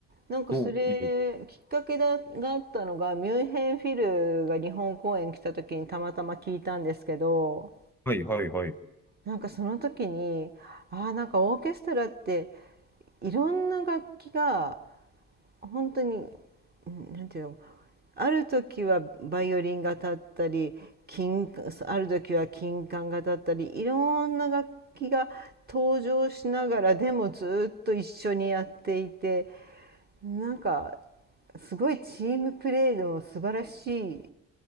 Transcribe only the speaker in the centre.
どういう。はいはいはい。